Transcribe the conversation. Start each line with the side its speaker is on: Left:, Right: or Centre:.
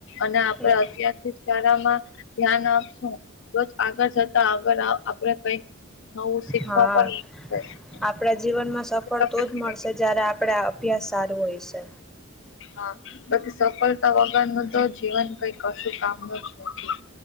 Left: અને આપડ
Centre: એ
Left: અત્યારથી <unintelligible> ધ્યાન આપશું <unintelligible> આગળ જતા આગળ આપણે કઈક નવું શીખવા
Centre: હા
Left: પણ મળશે.
Centre: આપણા જીવનમાં સફળ
Left: આપણે
Centre: તો જ મળશે જ્યારે આપણે અભ્યાસ સારું હોય છે.
Left: હા બાકી સફળતા વગર નું તો જીવન કઈ કશું કામનું જ નથી.